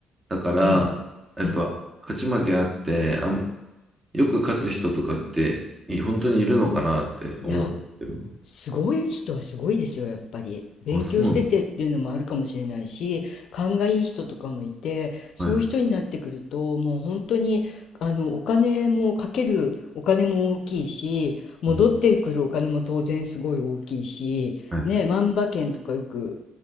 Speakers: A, on the right (about 25°); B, on the left (about 70°).
A: だから、
B: うん、
A: やっぱ勝ち負けあって、
B: うん。
A: あん、よく勝つ人とかって、い本当にいるのかなって思うんですけど。
B: いや、すごい人はすごいですよ、やっぱり。勉強しててっていうのもあるかもしれないし、
A: あ、そうなん
B: 勘がいい人とかもいて、そういう人になってくると、
A: だはい。
B: もう本当に、あの、お金もかけるお金も大きいし、戻ってくるお金も当然すごい大きいし、
A: うん。はい。
B: ね、万馬券とかよく